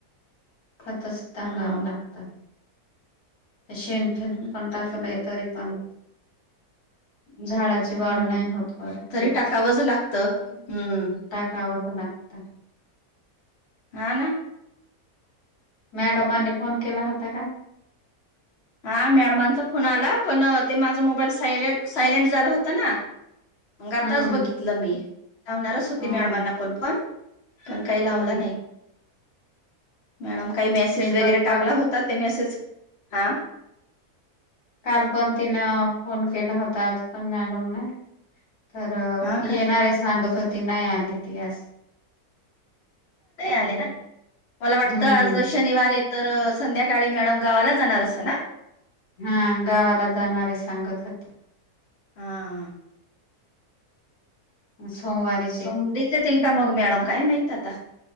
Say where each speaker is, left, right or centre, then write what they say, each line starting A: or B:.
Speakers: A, on the left; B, on the left.
A: खतच टाकावं
B: हम्म
A: लागत. शेणखेत
B: हम्म
A: पण टाकलय तरी पण झाडा ची
B: हा
A: वाढ नाही होत परत
B: तरी टाकावंच लागतं
A: <unintelligible>
B: हम्म
A: टाकावच लागतं.
B: हा ना.
A: मॅडमांनी फोन केला होता का?
B: हा मॅडमांचा फोन आला, पण ते माझा मोबाईल सायले सायलेंट झालं होत ना मंग आताच
A: हम्म
B: बघितलं मी लावणारच होती
A: हम्म
B: मॅडमाना पण फोन पण काय
A: हम्म
B: लावला नाही. मॅडम काही मेसेज
A: मी
B: वगैरे
A: पण कॉल
B: टाकला होता ते मेसेज हा.
A: काल पण तिनं फोन केला होता आज पण मॅडमने. तर
B: हा का
A: येणारे सांगत होती नाही आली ती अस.
B: आले ना मला
A: हम्म
B: वाटत आज शनिवार य तर संध्याकाळी मॅडम गावाला जाणार अस ना
A: हा गावाला जाणारी सांगत होती.
B: हा
A: सोमवारी
B: समी येतील का मग मॅडम काय माहत आता